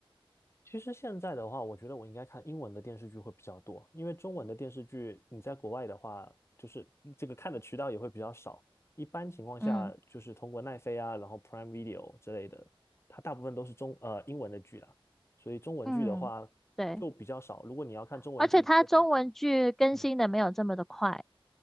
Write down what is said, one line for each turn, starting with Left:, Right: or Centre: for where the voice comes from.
Left: 其实现在的话，我觉得我应该看英文的电视剧会比较多，因为中文的电视剧你在国外的话，就是这个看的渠道也会比较少。一般情况下，
Centre: 嗯
Left: 就是通过奈飞啊，然后 Prime Video 之类的，它大部分都是中呃英文的剧啦，所以中文剧的话就比较少。
Centre: 嗯，对，
Left: 如果你要看中文剧特定的，
Centre: 而且它中文剧更新的没有这么的快，
Left: 嗯，